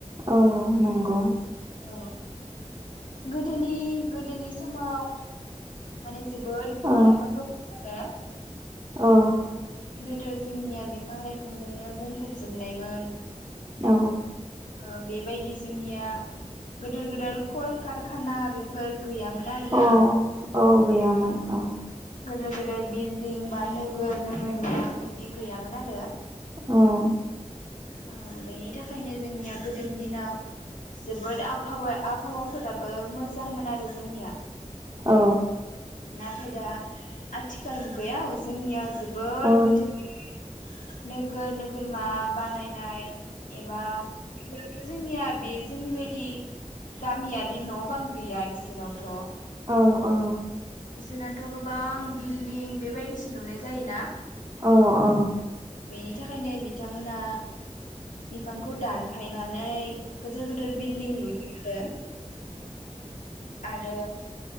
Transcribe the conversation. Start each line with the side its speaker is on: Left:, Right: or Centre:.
Right: औ नंगौ
Left: औ गोदोनि गोदोनि समाव माने जोबोद बिफां
Right: औ
Left: लाइफां दं आरो
Right: औ
Left: गोदो जोंनिया बिफां लाइफांजोंनो बुंफबजोबनायमोन
Right: औ
Left: ओ बेबायदि जोंनिया गोदोर गोदेर कल कारखाना बेफोर गैयामोन आरोना
Right: औ औ गैयामोन औ
Left: गिदिर गेदेर बिल्डिं बा नोगोर नोगोरमा बिदि गैयामोन आरो
Right: औ
Left: ओ बेनि थाखायनो जोंनिया गोदोनि दिनाव जोबोद आबहावा आबहावाफोराबो मोजांमोन आरो जोंनिया
Right: औ
Left: नाथाय दा आथिखाल मुगायाव जोंनिया जोबोद
Right: औ
Left: <unintelligible> नोगोर नोगोरमा बानायनाय एबा बेफोरथ' जोंनिया बे जोंनि बायदि गामियारि न' बां गैया बिसोनावथ'
Right: औ ओ
Left: बिसोनाथ' गोबां बिल्डिं बेबायदिसो लुनाय जायोना
Right: औ ओ
Left: बेनि थाखायनो बिथांमोना बिफांखौ दानफायनानै गोदोर गोदोर बिल्डिं लुइयो आरो